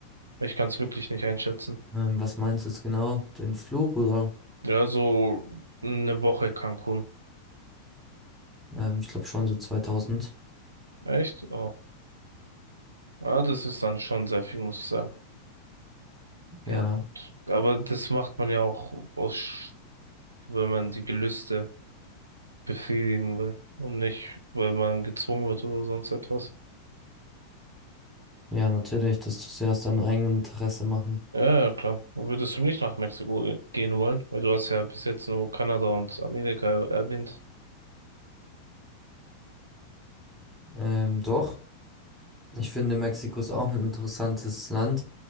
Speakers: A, on the right (about 80°); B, in the centre.
A: Ich kann es wirklich nicht einschätzen.
B: Ähm, was meinst du jetzt genau? Den Flug oder?
A: Ja, so eine Woche Cancun.
B: Ähm, ich glaube schon so 2000.
A: Echt? Oh. Ja, das ist dann schon sehr viel, muss ich sagen.
B: Ja,
A: Ja. Aber das macht man ja auch aus, Sch- wenn man die Gelüste befriedigen will. Und nicht, weil man gezwungen wird oder sonst etwas.
B: ja, natürlich. Das tust du ja aus deinem eigenen Interesse machen.
A: Ja, ja, klar. Und würdest du nicht nach Mexiko ge- gehen wollen? Weil du hast ja bis jetzt nur Kanada und Amerika erwähnt.
B: Ähm, doch, ich finde Mexiko ist auch ein interessantes Land.